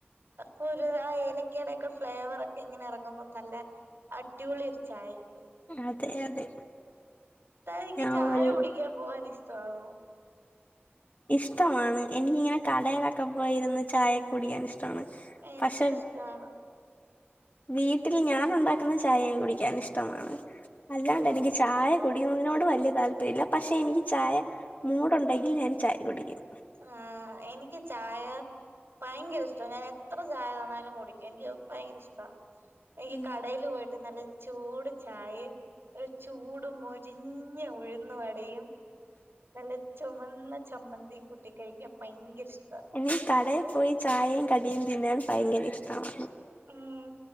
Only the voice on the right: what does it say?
അപ്പൊരു ആ ഏലക്കെടൊക്കെ ഫ്ലേവർ. ഇങ്ങനെ ഇറങ്ങുമ്പം നല്ല അടിപൊളിയൊരു ചായക്കിടും.
തനിക്ക്
ചായ
കുടിക്കാൻ പോവാൻ ഇഷ്ടായോ.
എനിക്കും
ഇഷ്ടമാണ്
ഓ
ആഹ എനിക്ക് ചായ ഭയങ്കര ഇഷ്ടാ ഞാൻ എത്ര ചായ തന്നാലും കുടിക്കും എനിക്ക് ഭയങ്കര ഇഷ്ടാ. എനിക്ക്
കടേല് പോയിട്ട് നല്ല ചൂട് ചായയും. ഒരു ചൂട് മൊരിഞ്ഞ ഉഴുന്നുവടയും. നല്ല ചുമന്ന ചമ്മന്തിയും കൂട്ടി കഴിക്കാൻ ഭയങ്കര ഇഷ്ട.
ഉം